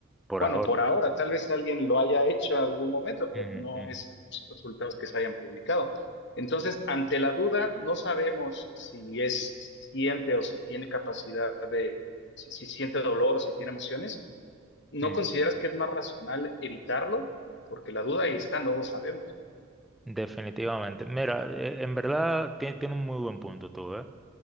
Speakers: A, in the centre; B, on the left (about 55°).
A: Por
B: Bueno,
A: ahora.
B: por ahora, tal vez alguien lo haya hecho en algún momento,
A: Ujú,
B: pero no
A: ujú,
B: es resultados que se hayan publicado. Entonces, ante la duda, no sabemos si es, si siente o si tiene capacidad de, si, si siente dolor o si tiene emociones. ¿No
A: ujú.
B: consideras que es más racional evitarlo? Porque la duda ahí está, no lo sabemos.
A: Definitivamente. Mira, eh, en verdad tie- tiene un muy buen punto tú, ¿eh?